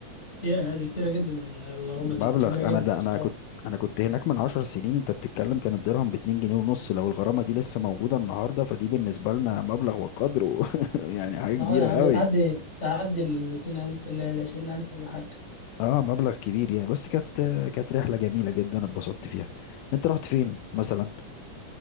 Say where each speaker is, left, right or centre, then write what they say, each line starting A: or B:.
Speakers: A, on the left (about 20°); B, on the left (about 80°).
A: يا هذه كتيرة جدا الغرامة
B: مبلغ
A: دي كبيرة جدا
B: انا ده
A: بصراحة
B: انا كنت انا كنت هناك من عشر سنين انت بتتكلم كان الدرهم باتنين جنيه ونص لو الغرامة دي لسه موجودة النهاردة فدي بالنسبة لنا مبلغ وقدره <laughs> يعني حاجة كبيرة
A: اه يا عم
B: قوي
A: تعدي تعدي ال 200000 ال 20000 ولا حاجة
B: اه مبلغ كبير يعني بس كانت كانت رحلة جميلة جدا اتبسطت فيها انت رحت فين مثلا